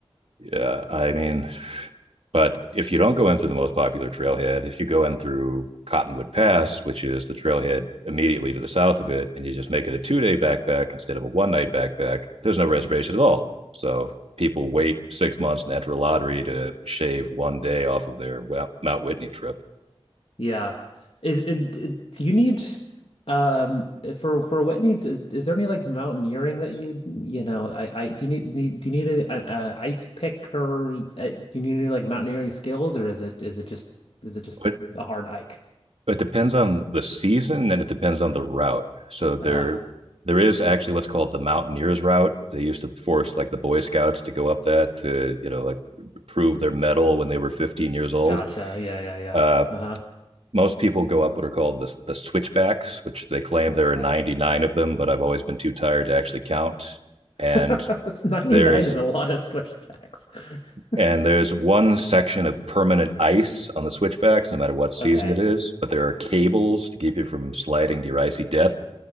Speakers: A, on the right (about 80°); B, on the left (about 70°).
A: yeah, I mean, but if you don't go in through the most popular trailhead, if you go in through Cottonwood Pass, which is the trailhead immediately to the south of it, and you just make it a two day backpack instead of a one night backpack, there's no reservation at all. So people wait six months and enter a lottery to shave one day off of their Mount Whitney trip.
B: Yeah. Is it, do you need um for for Whitney d is there any like mountaineering that you you know I I do you need, need do you need a, a, a ice pick or uh, do you need any like mountaineering skills or is it is it just is it just
A: But
B: a hard hike?
A: it depends on the season and it depends on the route. So there
B: Uh-huh.
A: there is actually what's called the Mountaineers route. They used to force like the Boy Scouts to go up that to, you know, like prove their medal when they were 15 years old.
B: Gotcha. Yeah, yeah, yeah.
A: Uh,
B: Uh-huh.
A: most people go up what are called the, the switchbacks, which they claim there
B: Right.
A: are 99 of them, but I've always been too tired to actually count. And
B: <laughs> It's 99
A: there's
B: is a lot of switchbacks. <laughs>
A: and there's one section of permanent ice on the switchbacks, no matter what season
B: Okay.
A: it is. But there are cables to keep you from sliding to your icy death.